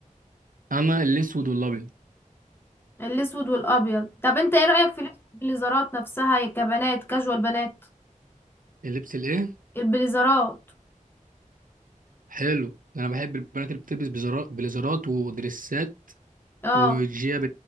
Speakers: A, on the right; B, on the left.
A: اما الاسود والابيض
B: الاسود والابيض طب انت ايه رايك في لبس البليزرات نفسها يا كبنات كاجوال بنات
A: واللبس الايه
B: البليزرات
A: حلو ده انا بحب البنات اللي بتلبس بزرا- بليزرات ودريسات
B: اه
A: والجياب